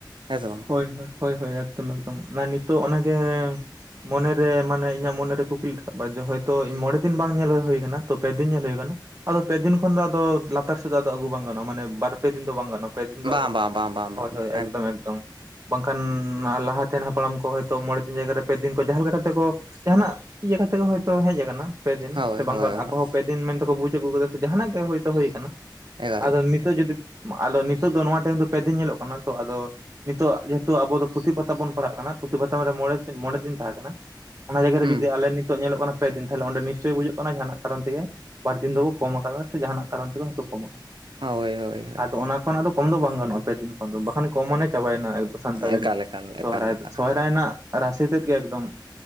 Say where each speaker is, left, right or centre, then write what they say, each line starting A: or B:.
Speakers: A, on the right; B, on the right.
A: ᱦᱮᱸ ᱥᱮ
B: ᱦᱳᱭ ᱦᱳᱭ‌‌ ᱦᱳᱭ ᱮᱠᱫᱚᱢ ᱮᱠᱫᱚᱢ᱾ ᱚᱱᱟ ᱱᱤᱛᱚᱜ ᱚᱱᱟ ᱜᱮ ᱢᱚᱱᱮ ᱨᱮ ᱢᱟᱱᱮ, ᱤᱧᱟᱹᱜ ᱢᱚᱱᱮ‌ ᱨᱮ ᱠᱩᱠᱞᱤ ᱟᱠᱟᱫ ᱡᱮ ᱦᱚᱭᱛᱚ ᱤᱧ ᱢᱚᱬᱮ ᱫᱤᱱ ᱵᱟᱝ ᱧᱮᱞ ᱦᱩᱭ ᱟᱠᱟᱱᱟ ᱛᱚ ᱯᱮ ᱫᱤᱱ ᱧᱮᱞ ᱦᱩᱭ ᱟᱠᱟᱱᱟ᱾ ᱟᱫᱚ ᱯᱮ ᱫᱤᱱ ᱠᱷᱚᱱ ᱫᱚ ᱟᱫᱚ ᱞᱟᱛᱟᱨ ᱥᱮᱫ ᱫᱚ ᱟᱹᱜᱩ ᱵᱟᱝ ᱜᱟᱱᱚᱜ-ᱟ, ᱢᱟᱱᱮ ᱵᱟᱨ ᱯᱮ ᱫᱤᱱ ᱫᱚ ᱵᱟᱝ ᱜᱟᱱᱚᱜᱼᱟ᱾ ᱯᱮ ᱫᱤᱱ ᱫᱚ
A: ᱵᱟᱝ
B: ᱟᱫᱚ
A: ᱵᱟᱝ ᱵᱟᱝ
B: <inaudible>
A: ᱵᱟᱝ
B: ᱦᱳᱭ
A: ᱵᱟᱝ
B: ᱦᱳᱭ
A: ᱵᱟᱝ
B: ᱮᱠᱫᱚᱢ ᱮᱠᱫᱚᱢ᱾ ᱵᱟᱝᱠᱷᱟᱱ ᱞᱟᱦᱟᱛᱮᱱ ᱦᱟᱯᱲᱟᱢ ᱠᱚ ᱦᱚᱭᱛᱚ ᱢᱚᱬᱮ ᱫᱤᱱ ᱡᱟᱭᱜᱟ ᱨᱮ ᱯᱮ ᱫᱤᱱ ᱠᱚ ᱡᱟᱦᱟᱸ ᱞᱮᱠᱟ ᱠᱟᱛᱮᱠᱚ ᱡᱟᱦᱟᱱᱟᱜ ᱤᱭᱟᱹ ᱠᱟᱛᱮᱜ ᱜᱮ ᱦᱳᱭᱛᱳ ᱦᱮᱡ ᱟᱠᱟᱱᱟ ᱯᱮ ᱫᱤᱱ
A: ᱦᱳᱭ
B: ᱥᱮ ᱵᱟᱝᱠᱷᱟᱱ
A: ᱦᱳᱭ
B: ᱟᱠᱚ
A: ᱦᱳᱭ
B: ᱦᱚᱸ ᱯᱮ ᱫᱤᱱ, ᱫᱤᱱ ᱢᱮᱱᱛᱮᱠᱚ ᱵᱩᱡ ᱟᱹᱜᱩ ᱠᱮᱫᱟ ᱥᱮ ᱡᱟᱦᱱᱟᱜ ᱜᱮ ᱦᱚᱭᱛᱳ ᱦᱩᱭ ᱠᱟᱱᱟ
A: ᱮᱠᱟᱞ
B: <inaudible> ᱟᱫᱚ ᱢᱤᱫ ᱱᱤᱛᱚᱜ ᱡᱩᱫᱤ ᱟᱫᱚ ᱱᱤᱛᱚᱜ ᱫᱚ ᱱᱚᱣᱟ ᱴᱟᱭᱤᱢ ᱫᱚ ᱯᱮ ᱫᱤᱱ ᱧᱮᱞᱚᱜ ᱠᱟᱱᱟ ᱛᱚ ᱟᱫᱚ, ᱱᱤᱛᱚᱜ ᱡᱮᱦᱮᱛᱩ ᱟᱵᱚ ᱫᱚ ᱯᱩᱛᱷᱤ ᱯᱟᱛᱷᱟ ᱵᱚᱱ ᱯᱟᱲᱦᱟᱜ ᱠᱟᱱᱟ ᱯᱩᱛᱷᱤ ᱯᱟᱛᱷᱟᱢ ᱨᱮ ᱢᱚᱬᱮ ᱢᱚᱬᱮ ᱫᱤᱱ ᱛᱟᱦᱮᱸ ᱠᱟᱱᱟ᱾ ᱚᱱᱟ ᱡᱟᱭᱜᱟ
A: ᱦᱩᱸ
B: ᱨᱮ ᱡᱩᱫᱤ ᱟᱞᱮ ᱱᱤᱛᱚᱜ ᱧᱮᱞᱚᱜ ᱠᱟᱱᱟ ᱯᱮ ᱫᱤᱱ ᱛᱟᱦᱞᱮ ᱚᱸᱰᱮ ᱱᱤᱥᱪᱚᱭ ᱵᱩᱡᱩᱜ ᱠᱟᱱᱟ ᱡᱟᱦᱟᱸᱱᱟᱜ ᱠᱟᱨᱚᱱ ᱛᱮᱜᱮ ᱵᱟᱨ ᱫᱤᱱ ᱫᱚᱠᱚ ᱠᱚᱢ ᱟᱠᱟᱫᱟ ᱥᱮ ᱡᱟᱦᱟᱱᱟᱜ ᱠᱟᱨᱚᱱ ᱛᱮᱜᱮ ᱦᱚᱭᱛᱚ ᱠᱚᱢ ᱟᱠᱟᱱᱟ᱾
A: ᱦᱳᱭ ᱦᱳᱭ ᱦᱳᱭ
B: ᱟᱫᱚ ᱚᱱᱟ ᱠᱷᱚᱱᱟᱜ ᱫᱚ ᱠᱚᱢ ᱫᱚ ᱵᱟᱝ ᱜᱟᱱᱚᱜ-ᱟ ᱯᱮ ᱫᱤᱱ ᱠᱷᱚᱱ ᱫᱚ ᱵᱟᱠᱷᱟᱱ ᱠᱚᱢ ᱢᱟᱱᱮ ᱪᱟᱵᱟᱭᱮᱱᱟ ᱮᱠᱫᱚᱢ᱾ ᱥᱟᱱᱛᱟᱲᱤ
A: ᱮᱠᱟᱞ ᱮᱠᱟᱞ
B: ᱥᱚᱦᱚᱨᱟᱭ
A: ᱮᱠᱟᱞ ᱮᱠᱟᱞ
B: ᱫᱚ ᱥᱚᱦᱚᱨᱟᱭ ᱨᱮᱱᱟᱜ ᱨᱟᱥᱤ ᱛᱮᱫ ᱜᱮ ᱮᱠᱫᱚᱢ